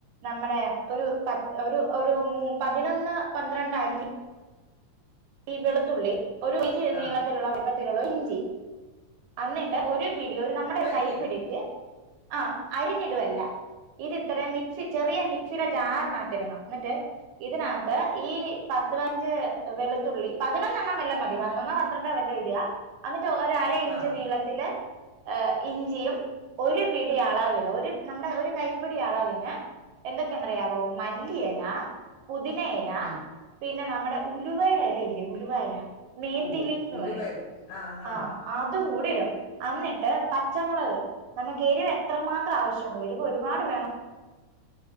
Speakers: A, on the right; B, on the left.
A: നമ്മടേ ഒരു പ ഒരു ഒരു മൂ പതിനൊന്ന് പന്ത്രണ്ട് അല്ലി ഈ വെളുത്തുള്ളി ഒരു ഇഞ്ചി നീളത്തിലുള്ള
B: ആ
A: വലുപ്പത്തിലുള്ള ഇഞ്ചി അന്നിട്ട് ഒരു പിടി ഒരു നമ്മടെ ഒരു
B: അരിഞ്ഞിടും
A: കൈപ്പിടിക്ക് ആഹ് അരിഞ്ഞിടുവല്ല ഇത് ഇത്ത്രയും മിക്സി ചെറിയ മിക്സിടെ ജാറിനകത്തിടണം എന്നിട്ട് ഇതിനകത്ത് ഈ പത്തപഞ്ച് വെള് പതിനൊന്നെണ്ണം വെല്ലം മതി പതിനൊന്നൊ പന്ത്രണ്ടൊ വെല്ലം ഇടുക അന്നിട്ട് ഒര് അര ഇഞ്ച്
B: ആ
A: നീള ത്തില് ഏഹ് ഇഞ്ചിയും ഒരു പിടി അളവിന് ഒരു നമ്മുടെ ഒരു കൈപ്പിടി അളവിന് എന്തൊക്കെന്നറിയാവൊ മല്ലി എല പുതിന ഇല
B: ഉം
A: പിന്ന നമ്മടെ ഉലുവേട ഇല ഇല്ലെ ഉലുവാ ഇല മീത്തിലീഫ്ന്ന്
B: ഓ ഉലുവ
A: പറയും
B: ആ ആ
A: ആഹ് അതും കൂടി ഇടണം അന്നിട്ട് പച്ചമുളക് നമുക്ക് എരിവ് എത്രമാത്രം ആവശ്യണ്ടൊ എരിവ് ഒരുപാട് വേണം